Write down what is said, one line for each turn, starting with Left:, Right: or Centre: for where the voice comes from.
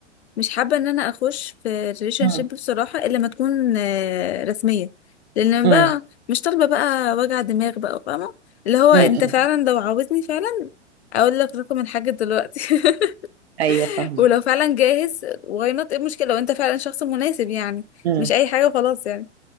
Left: مش حابه ان انا اخش في ريليشن
Right: مم.
Left: شيب بصراحه الا ما تكون آه، رسميه لان أنا
Right: مم.
Left: بقى مش طالبه بقى وجع دماغ بقى فاهمه اللي هو
Right: مم.
Left: انت
Right: مم.
Left: فعلا لو عاوزني فعلا اقول لك رقم الحاج دلوقتي <laughs>
Right: ايوه فاهمه
Left: ولو فعلا جاهز واي نوت ايه المشكله لو انت فعلا شخص مناسب يعني
Right: مم.
Left: مش اي حاجه خلاص يعني